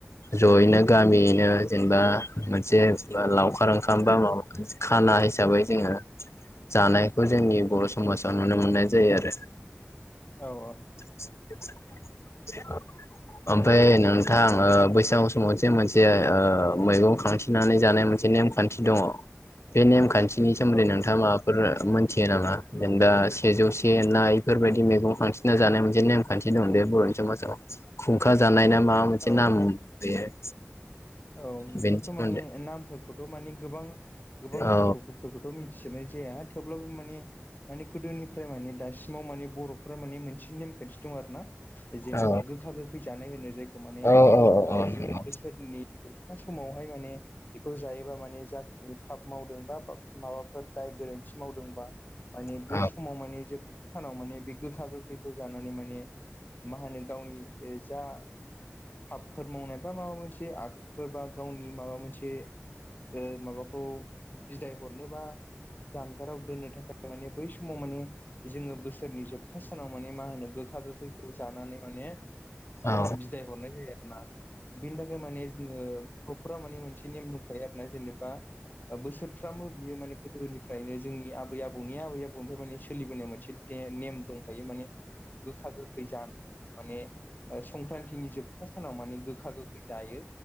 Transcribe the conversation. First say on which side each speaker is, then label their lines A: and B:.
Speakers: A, on the left (about 70°); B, on the left (about 40°).
A: जयैनो गामियैनो जेनेबा मोनसे जेनबा लावखार ओंखाम बा माबा खाना हिसाबै जोङो जानायखौ जोंनि बर' समाजाव नुनो मोननाय जायो आरो।
B: औ औ।
A: <inaudible> ओमफ्राय नोंथां ओ बैसागु समाव जे मोनसे ओ मैगं खांथिनानै जानाय मोनसे नेम खान्थि दङ
B: <inaudible>
A: बे नेमखान्थिनि सोमोन्दै
B: औ
A: नोंथाङा माबा फोर मोनथियो नामा जेनेबा सेजौ से ना इफोरबायदि मैगं खांथिंना जानाय मोन से नेम खान्थि दं बे बर'नि समाजाव खुंखा जानाय ना माबा मोनसे
B: औ
A: नाम बेयो।
B: औ बेखौथ'
A: बेनि सोमोन्दै
B: माने नामफोरखौथ' माने गोबां गोबां
A: औ
B: नामखौबो फोरखौथ' मिथिजोबनाय जाया थेवब्लाबो माने माने गोदोनिफ्राय माने दासिम सिमाव माने बर'फोरा माने मोनसे नेम खान्थि दं आरोना जेनेबा
A: औ
B: गोखा गोखै जानाय होनो जायखो माने
A: औ औ
B: बोसोरनि
A: औ
B: जोबथा समावहाय माने बेखौ जायोबा माने जाखिनि फाब मावदों बा माबाफोर दाय गोरोन्थि थि मावदोंबा माने
A: औ
B: बे समाव माने जोब सानाव माने बे गोखा गोखैखौ जानानै माने मा होनो गावनि जा फाबफोर मावनाय बा माबा मोनसे फोरबा गावनि माबा मोनसे ओ माबा खौ बिदाय हरनो बा जानगाराव दोननो थाखाय माने बै समाव माने जोङो बोसोरनि जोबथा सानाव माने मा होनो गोखा गोखैखौ जानानै माने
A: औ
B: बिदाय हरनाय जायो आरोना बिनि थाखाय माने ओ ग'फोरा माने मोनसे नेम दंखायो आरो ना जेनेबा ओ बोसोरफ्रामबो बियो माने गोदोनिफ्रायनो जोंनि आबै आबौनि आबै आबौनिफ्राय माने सोलिबोनाय मोनसे ते नेम दंखायो माने गोखा गोखै जान माने ओ संख्रान्थिनि जोबथा सानाव माने गोखा गोखै जायो।